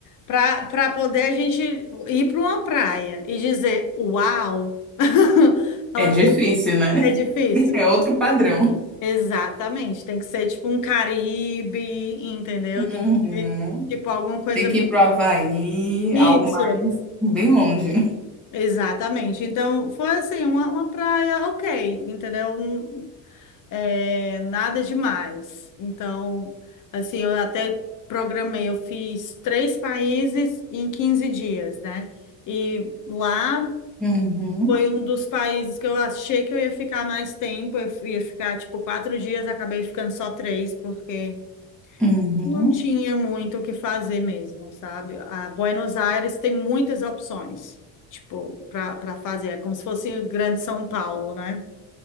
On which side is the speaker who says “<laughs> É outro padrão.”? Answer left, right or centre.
Centre